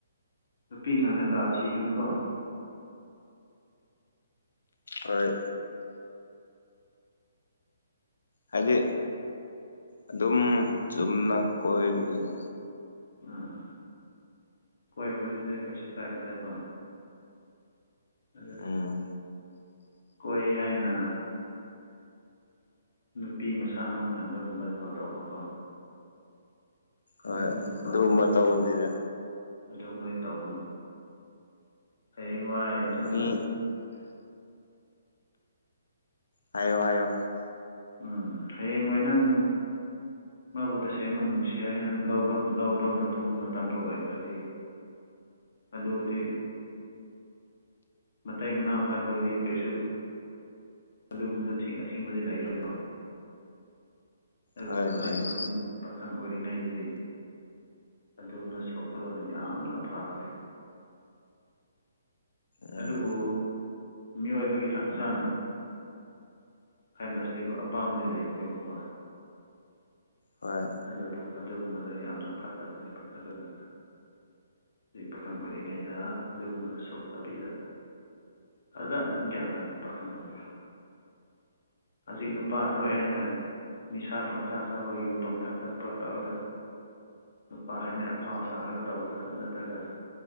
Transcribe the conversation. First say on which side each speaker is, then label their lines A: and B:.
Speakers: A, on the left; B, on the left.
A: ꯅꯨꯄꯤ ꯉꯟꯅ ꯀꯥ ꯊꯤꯒꯅꯨꯀꯣ
B: ꯍꯣꯏ ꯍꯥꯏꯗꯤ ꯑꯗꯨꯝ ꯆꯨꯝꯅ ꯀꯣꯏꯕꯅꯤꯗ
A: ꯑꯥ ꯀꯣꯏꯕ ꯗꯨꯗꯤ ꯀꯩꯁꯨ ꯀꯥꯏꯗꯦꯗꯀꯣ ꯑꯗꯨ
B: ꯎꯝ
A: ꯀꯣꯏ ꯍꯥꯏꯅ ꯅꯨꯄꯤ ꯃꯁꯥ ꯃꯪꯍꯟꯕꯒꯨꯝꯕꯗꯀꯣ ꯇꯧꯕꯀꯣ ꯑꯗꯨꯒꯨꯝꯕ
B: ꯍꯣꯏ ꯑꯗꯨꯝꯕ ꯇꯧꯗꯦꯗ
A: ꯑꯗꯨ ꯃꯣꯏ ꯇꯧꯒꯅꯨ ꯍꯌꯦꯡꯋꯥꯏ ꯅꯪꯅ
B: ꯃꯤ ꯍꯥꯏꯌꯣ ꯍꯥꯏꯌꯣ
A: ꯎꯝ ꯍꯌꯦꯡ ꯍꯥꯏ ꯅꯪ ꯃꯥꯕꯨ ꯇꯁꯦꯡꯅ ꯅꯨꯡꯁꯤ ꯍꯥꯏꯌꯦꯦ ꯅꯪ ꯂꯧꯕ ꯂꯧꯕ ꯃꯇꯨꯡ ꯃꯇꯝꯗ ꯑꯣꯏꯔꯒꯗꯤ ꯑꯗꯨꯕꯨꯗꯤ ꯃꯇꯩ ꯃꯅꯥꯎ ꯍꯥꯏꯕꯒꯗꯤ ꯀꯩꯁꯨ ꯑꯗꯨꯒꯨꯝꯕꯗ ꯑꯊꯤꯡꯕꯗꯤ ꯂꯩꯔꯣꯏꯗꯕ ꯑꯗꯨꯕꯨ
B: ꯍꯣꯏ
A: ꯍꯧꯖꯤꯛ
B: ꯃꯥꯅꯤ
A: ꯋꯥ ꯄꯥꯈꯪ ꯑꯣꯏꯔꯤꯉꯩꯗꯗꯤ ꯑꯗꯨꯒꯨꯝꯅ ꯁꯣꯛꯇꯕꯅ ꯌꯥꯝꯅ ꯐꯕꯅꯤ
B: ꯎꯝ
A: ꯑꯗꯨꯕꯨ ꯃꯤꯑꯣꯏꯕꯒꯤ ꯍꯛꯆꯥꯡ ꯍꯥꯏꯕꯁꯤ ꯑꯩꯈꯣ ꯑꯄꯥꯝꯕꯗꯤ ꯂꯩꯕꯅꯦꯕꯀꯣ
B: ꯍꯣꯏ
A: ꯑꯗꯨꯕꯨ ꯑꯗꯨꯒꯨꯝꯕꯗ ꯌꯥꯝꯅ ꯐꯠꯇꯕꯅꯦꯕ ꯑꯗꯨꯅ ꯑꯩ ꯄꯥꯈꯪ ꯑꯣꯏꯔꯤꯉꯩꯗ ꯑꯗꯨꯒꯨꯝꯕꯅ ꯁꯣꯛ ꯇꯕꯤꯗ ꯐꯖꯅ ꯒ꯭ꯌꯥꯟ ꯇꯥꯅ ꯄꯥꯈꯪ ꯑꯣꯏꯔꯣ ꯍꯧꯖꯤꯛ ꯅꯨꯄꯥ ꯊꯣꯛꯑꯦ ꯍꯥꯏꯅ ꯅꯤꯁꯥ ꯄꯪꯆꯥ ꯆꯥꯕ ꯌꯨ ꯄ ꯊꯛ ꯊꯛꯄ ꯇꯧꯔꯒ ꯅꯨꯨꯄꯥ ꯍꯥꯏꯅ ꯑꯐꯥꯎ ꯁꯥꯔꯒ ꯇꯧꯔꯒ ꯅꯠꯇ꯭ꯔꯒ